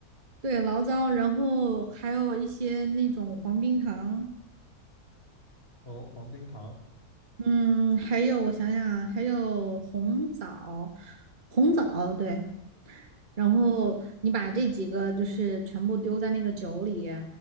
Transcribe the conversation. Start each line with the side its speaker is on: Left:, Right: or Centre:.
Right: 对，醪糟，然后还有一些那种黄冰糖。
Left: 哦，黄冰糖，
Right: 嗯，还有我想想啊，还有红枣，红枣，对，然后你把这几个就是全部丢在那个酒里，